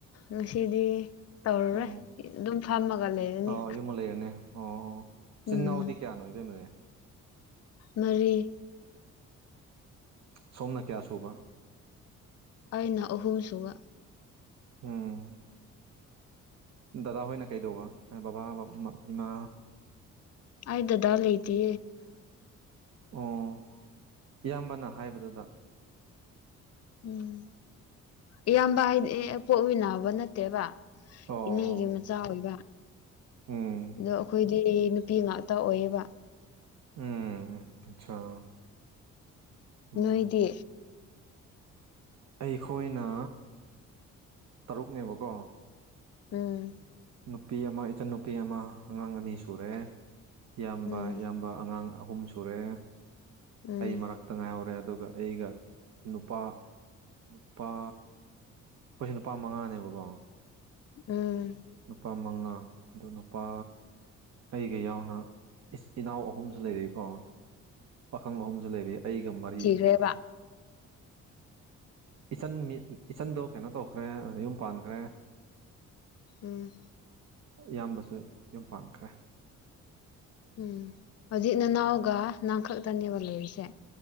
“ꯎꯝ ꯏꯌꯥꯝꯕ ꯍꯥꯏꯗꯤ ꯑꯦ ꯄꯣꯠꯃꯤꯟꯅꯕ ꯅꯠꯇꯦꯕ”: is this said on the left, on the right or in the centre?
Left